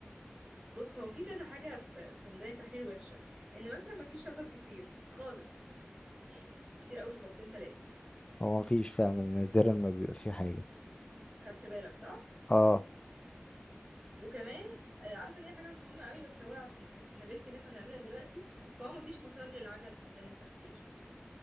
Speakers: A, on the right; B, on the left.
A: بص هو في كذا حاجة في في ميدان التحرير وحشة ان مثلا مفيش شجر كتير خالص يعني كتير قوي شجرتين تلاتة
B: هو مفيش فعلا نادرا ما بيبقى فيه حاجة
A: خدت بالك صح
B: اه
A: وكمان آه، عارفه ان هي حاجه مش مهمه قوي بس هو عشان السستينابيلتي اللي احنا بنعملها دلوقتي فهو مفيش مسار للعجل في ميدان التحرير